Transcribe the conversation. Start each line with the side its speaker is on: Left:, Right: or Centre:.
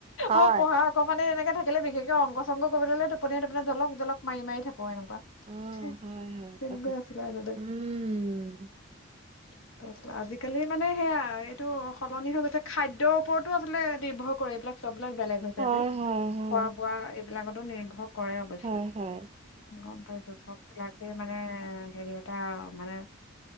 Right: হয়
Left: অ', পঢ়া অকমানে এনেকে থাকিলে বিশেষকে অংক চংক কৰিবলৈ ললে টোপনিয়াই টোপনিয়াই জলক জলক মাৰি মাৰি থাকে। ক এনেকুৱা।
Right: অ',
Left: তেনেকুৱাইে
Right: হয় হয় কথাটো
Left: আছিলে আগতে।
Right: উম।
Left: <inaudible> আজিকালি মানে সেয়া। এইটো সলনি হৈ গৈছে। খাদ্যৰ ওপৰতো আচলতে নিৰ্ভৰ কৰে এইবিলাক চব। এই বিলাক বেলেগ হৈছে
Right: হয়
Left: যে।
Right: হয় হয়
Left: খোৱা বোৱা এই এই বিলাকতো নিৰ্ভৰ কৰে অৱশ্যে।
Right: হয় হয়
Left: গম পাইছো। চব বিলাকে মানে হেৰিয়াত এটা মানে